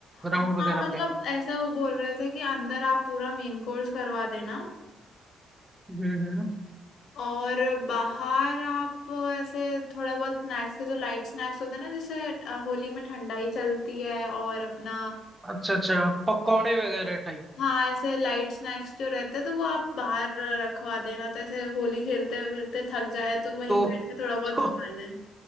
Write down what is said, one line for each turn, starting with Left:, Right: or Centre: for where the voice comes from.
Right: ग्राउंड
Left: हाँ
Right: वगैरह
Left: मतलब
Right: पे
Left: ऐसा वो बोल रहे थे कि अंदर आप पूरा मेन कोर्स करवा देना
Right: हम्म हम्म
Left: और बाहर आप ऐसे थोड़ा बहुत स्नैक्स के जो लाइट स्नैक्स होते हैं ना जैसे अ, होली में ठंडाई चलती है और अपना
Right: अच्छा अच्छा पकौड़े वगैरह टाइप
Left: हाँ ऐसे लाइट स्नैक्स जो रहते हैं तो वो आप बाहर रखवा देना तो ऐसे होली खेलते खेलते थक जाए तो वहीं
Right: तो
Left: बैठ के थोड़ा बहुत
Right: तो
Left: खा लें